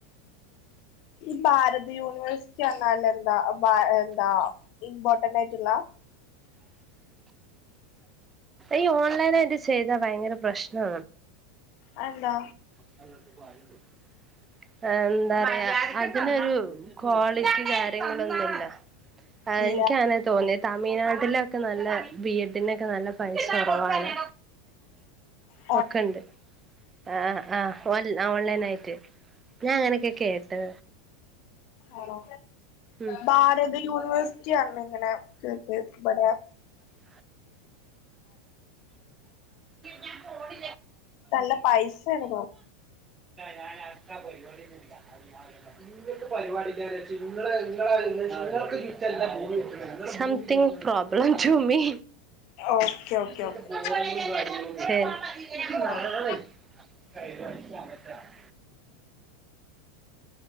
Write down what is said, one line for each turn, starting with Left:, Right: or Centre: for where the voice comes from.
Left: ഞ്ഞിപ്പാരട് യൂണിവേഴ്സിറ്റി അർഞ്ഞാലെന്താ എന്താ എന്താ ഇമ്പോട്ടന്റായിട്ട്ള്ളാ
Right: ഈ ഓൺലൈനായിട്ട് ചെയ്താ ഭയങ്കര പ്രശ്നാ
Left: അതെന്താ?
Right: <inaudible> ങ് എന്താ പറയാ അതിനൊരു ക്വാളിറ്റി കാര്യങ്ങളൊന്നുല്ല ആഹ്
Left: ഇല്ല
Right: ഇൻക്ക് അങ്ങനെ തോന്നി തമിഴ്നാട്ടിലൊക്കെ നല്ല ബി എഡിനൊക്കെ നല്ല പൈസ കൊറവാണ്
Left: ഉ
Right: പെക്കെണ്ട് ആഹ് ആഹ് ഓ ഓൺലൈനയിട്ട് ഞാൻ അങ്ങനെക്കെ കേട്ടത്
Left: ആണോ
Right: ഉം
Left: ഭർത് യൂണവർസ് റ്റി അർഞ്ഞിങ്ങനെ കേട്ട് ബടെ
Right: <unintelligible> <unintelligible> ഞാ പോല
Left: നല്ല പൈസയാണ് തോന്നുന്നു
Right: ഞാൻ അട്ത്ത <unintelligible> <unintelligible> something problem to me
Left: okay
Right: <unintelligible>
Left: okay okay
Right: ശരി <unintelligible>
Left: ഓക്കെ
Right: <unintelligible>